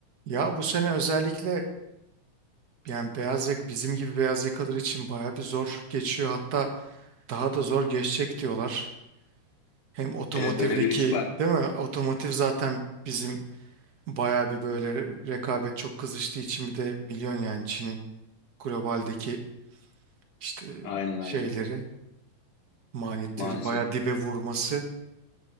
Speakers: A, on the right; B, on the left.
A: Ya bu sene özellikle yani beyaz yaka bizim gibi beyaz yakalar için baya bir zor geçiyor. Hatta daha da zor geçecek diyorlar. Hem otomotivdeki
B: Evet öyle bir risk var.
A: değil mi? Otomotiv zaten bizim baya bir böyle rekabet çok kızıştığı için bir de biliyorsun yani Çin'in globaldeki işte
B: Aynen
A: şeyleri
B: aynen.
A: maliyetleri
B: Maalesef.
A: baya dibe vurması